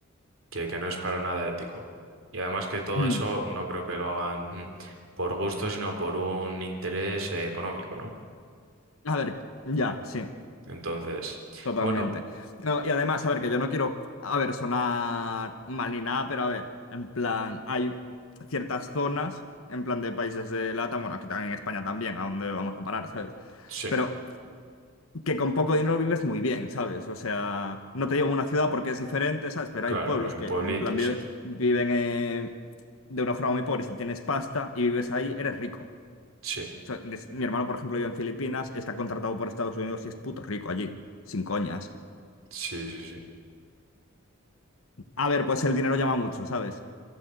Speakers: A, on the right (about 70°); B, on the left (about 75°).
A: Que, que no es para nada ético. Y además que todo
B: Mm.
A: eso no creo que lo hagan <clears throat> mm, por gusto, sino por un interés eh, económico, ¿no?
B: A ver, ya, sí,
A: Entonces,
B: totalmente.
A: bueno,
B: No, y además, a ver, que yo no quiero, a ver, sonar mal ni nada, pero a ver, en plan, hay ciertas zonas, en plan de países de LATAM, bueno, aquí también en España también, a dónde vamos a parar, ¿sabes?
A: sí,
B: Pero que con poco dinero vives muy bien, ¿sabes? O sea, no te digo una ciudad porque es diferente, ¿sabes? Pero
A: claro,
B: hay pueblos
A: pero en
B: que,
A: pueblitos,
B: en plan, vive-
A: sí,
B: viven eh, de una forma muy pobre. Si tienes pasta y vives ahí, eres rico. O
A: sí,
B: sea, des- mi hermano, por ejemplo, vive en Filipinas, está contratado por Estados Unidos y es puto rico allí, sin coñas.
A: sí, sí, sí.
B: A ver, pues el dinero llama mucho, ¿sabes?